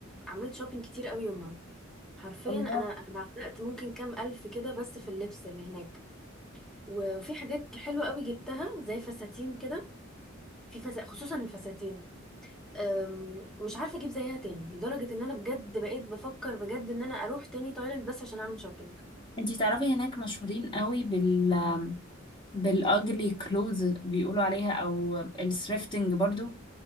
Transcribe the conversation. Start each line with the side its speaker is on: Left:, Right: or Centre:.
Centre: عملت شوبينج كتير قوي يومها حرفيا
Left: الله
Centre: انا بعتقت ممكن كام الف كده بس في اللبس اللي هناك و- وفي حاجات حلوه قوي جبتها زي فساتين كده في فس... خصوصا الفساتين أم، مش عارفه اجيب زيها تاني لدرجه ان انا بجد بقيت بفكر بجد ان انا اروح تاني تايلاند بس عشان اعمل شوبينج
Left: انتي تعرفي هناك مشهورين قوي بال بالاجلي كلوز بيقولوا عليها او الثريفتنج برضو